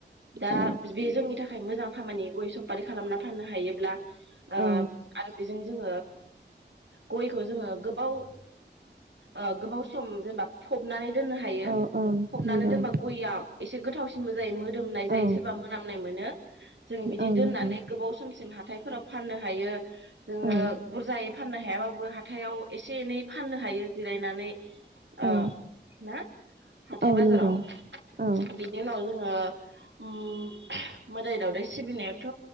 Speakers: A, on the right (about 75°); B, on the right (about 55°).
A: दा
B: औ
A: बे जोंनि थाखाय थाखाय मोजां खामानि गय सफारि खालामना फाननो हायोब्ला। ओ
B: औ
A: आरो बेजों जोङो। गयखौ जोङो गोबाव ओ गोबाव सम जेनेबा फबनानै दोननो हायो
B: औ औ
A: फबनानै
B: नंगौ
A: दोनबा गयाम एसे गोथाव। जायो मोदोमनाय जायो
B: औ
A: सोरबा मोनामनाय मोनो। जों बिदि
B: औ
A: दोननानै
B: नंगौ
A: गोबाव समसिम हाथाय। फोराव फाननो हायो। जोङो
B: औ
A: बुरजायै। फाननो हायाबाबो हाथायाव एसे एनै फाननो हायो जिरायनानै। ओ
B: औ
A: ना हाथाय
B: औ
A: बाजाराव
B: नंगौ औ
A: बिनि उनाव जों ओयो उम मोदाय दावदाय सिबिनायाथ